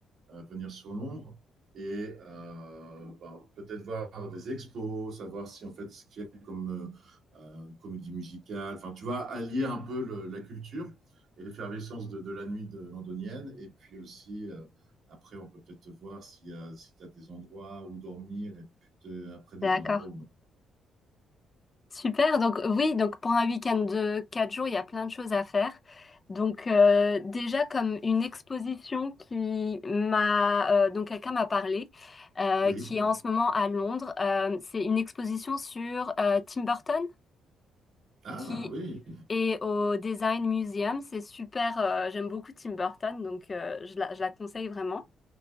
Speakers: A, on the right; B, on the left.
A: euh, venir sur Londres et euh, bah, peut-être voir des expos, savoir si en fait ce qu'il y a comme euh, euh, comédie musicale, enfin tu vois, allier un peu le, la culture et l'effervescence de, de la nuit de londonienne, et puis aussi euh, après on peut peut-être voir s'il y a, si tu as des endroits où dormir, et puis te- après des
B: D'accord.
A: endroits où non.
B: Super. Donc oui, donc pour un week-end de quatre jours, il y a plein de choses à faire. Donc euh, déjà comme une exposition qui m'a euh, donc quelqu'un m'a parlé, euh,
A: Oui,
B: qui est en ce moment à Londres. Euh, c'est une exposition sur euh, Tim Burton
A: ah
B: qui
A: oui,
B: est au Design Museum. C'est super. euh, j'aime beaucoup Tim Burton, donc euh, je la, je la conseille vraiment.